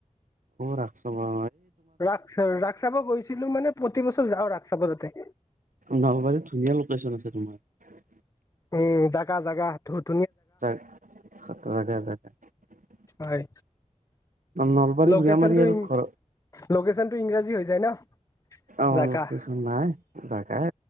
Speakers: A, on the right; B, on the left.
A: ৰাখছ বা
B: ৰাস চা ৰাস চাব গৈছিলোঁ মানে, প্ৰতি বছৰ যাওঁ ৰাস চাব তাতে
A: নলবাৰীত ধুনীয়া লোকেশ্যন আছে, তোমাৰ
B: উম জাগা-জাগা, ধোত
A: <unintelligible>
B: হয়,
A: নলবাৰী
B: লোকেচনটো
A: গুৰিয়ামাৰি আৰু
B: ইন,
A: ঘৰ
B: লোকেচনটো ইংৰা যি হৈ যায় ন।
A: অ'
B: জাগা
A: কৈচোন নাই জাগাই